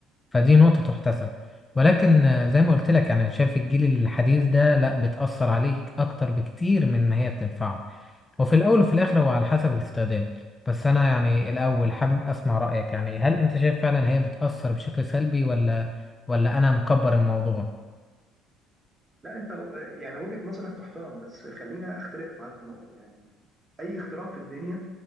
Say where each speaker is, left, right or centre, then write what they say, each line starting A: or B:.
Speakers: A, on the left; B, on the right.
A: فدي نقطة تحتسب ولكن آه، زي ما قلت لك يعني أنا شايف الجيل الحديث ده لا بتأثر عليك أكتر بكتير من ما هي بتنفعه وفي الأول وفي الآخر هو على حسب الاستخدام بس أنا يعني الأول حابب أسمع رأيك يعني هل أنت شايف فعلا هي بتأثر بشكل سلبي ولا ولا أنا مكبر الموضوع؟
B: لا انت آه، يعني وجهه نظرك تحترم بس خلينا اختلف معاك في نقطه يعني اي اختراع في الدنيا